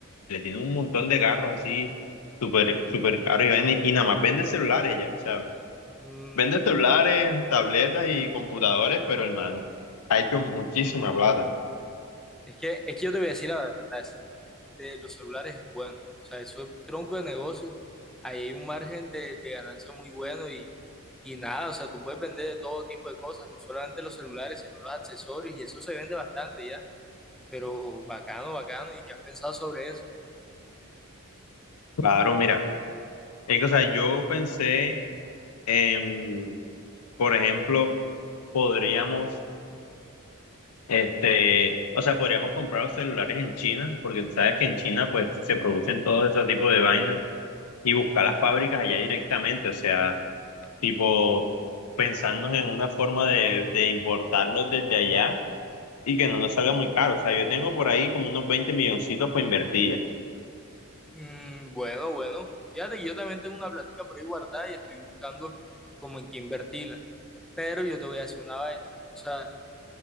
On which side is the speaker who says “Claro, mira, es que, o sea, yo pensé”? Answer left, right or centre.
Left